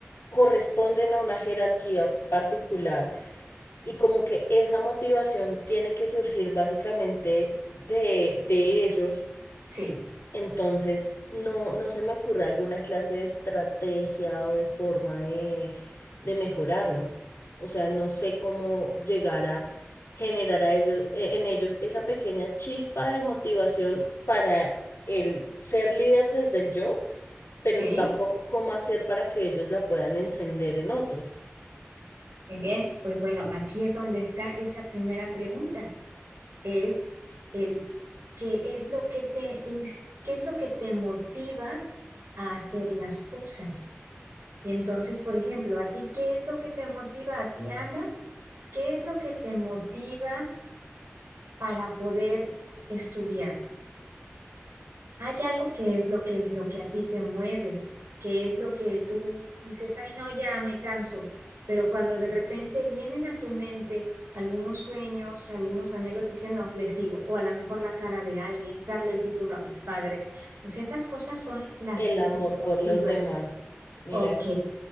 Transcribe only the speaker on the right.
Sí,
sí,
Muy bien, pues bueno, aquí es donde está esa primera pregunta. Es el qué es lo que te ins- qué es lo que te motiva a hacer las cosas. Y entonces, por ejemplo, a ti, ¿qué es lo que te motiva a ti, Ana? ¿Qué es lo que te motiva para poder estudiar? Hay algo que es lo que, lo que a ti te mueve, que es lo que tú dices, ay, no, ya me canso, pero cuando de repente vienen a tu mente algunos sueños, algunos anhelos, dicen, no, le sigo, o a lo mejor la cara de alguien, darle el título a mis padres. O sea, esas cosas son las
que
te motivan.
Ok,